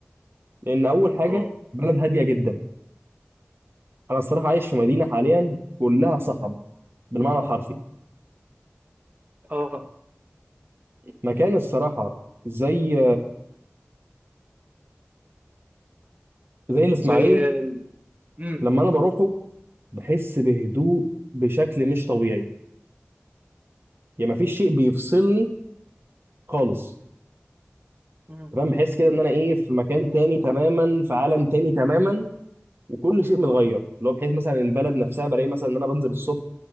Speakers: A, on the right (about 55°); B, on the right (about 35°).
A: لان اول حاجه
B: اه
A: بلد هاديه جدا انا الصراحه عايش في مدينه حاليا كلها صخب بالمعنى الحرفي
B: اه
A: مكان الصراحه زي زي الاسماعيليه
B: زي ال- امم
A: لما انا بروحه بحس بهدوء بشكل مش طبيعي يا مفيش شيء بيفصلني خالص
B: امم
A: تمام بحس كده ان انا ايه في مكان تاني تماما في عالم تاني تماما وكل شيء متغير اللي هو بحيث مثلا البلد نفسها بلاقي مثلا ان انا بنزل الصبح